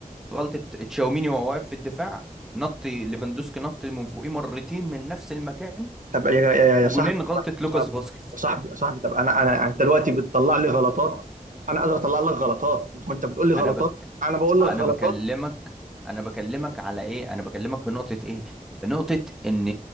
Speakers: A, in the centre; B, on the right.
A: غلطة تشاوميني وهو واقف في الدفاع نط ليفاندوسكي نط من فوقيه مرتين من نفس المكان
B: طب يا يا يا يا
A: وجونين
B: صاحبي يا
A: غلطة لوكاس
B: صاحبي
A: فاسكيز
B: يا صاحبي يا صاحبي طب انا انا انت دلوقتي بتطلع لي غلطات انا قادر اطلع لك غلطات وانت بتقول لي غلطات
A: انا
B: انا بقول
A: انا
B: لك غلطات
A: بكلمك انا بكلمك على ايه انا بكلمك في نقطة ايه في نقطة ان